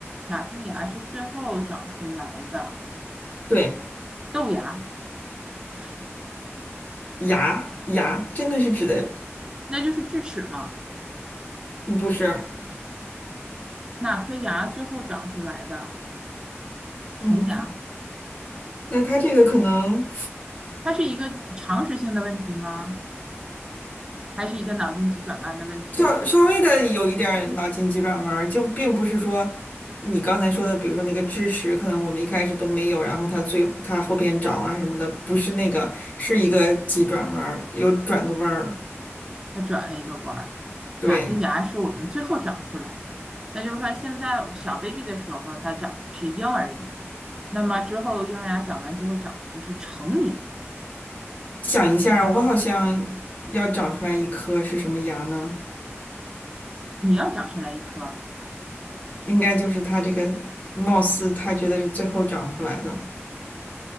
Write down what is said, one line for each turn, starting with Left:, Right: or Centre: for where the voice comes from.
Right: 哪颗牙是最后长出来的？
Left: 对，
Right: 豆芽不是，
Left: 牙牙真的是指的，
Right: 那就是智齿嘛。
Left: 嗯不是？
Right: 哪颗牙最后长出来的？
Left: 嗯，
Right: 成牙。
Left: 那他这个可能
Right: 它是一个常识性的问题吗？还是一个脑筋急转弯的问题呢？
Left: 稍稍微的有一点儿脑筋急转弯儿，就并不是说你刚才说的，比如说那个智齿，可能我们一开始都没有，然后它最它后边长啊什么的，不是那个，是一个急转弯儿，有转个弯儿。
Right: 它转了一个弯儿。
Left: 对，
Right: 哪个牙是我们最后长出来的？那就是说，现在小 baby 的时候，它长的是婴儿牙，那么之后婴儿牙长完之后长的就是成年。
Left: 想一下我好像要长出来一颗是什么牙呢？
Right: 说你要长出来一颗，
Left: 应该就是他这个貌似他觉得是最后长出来的，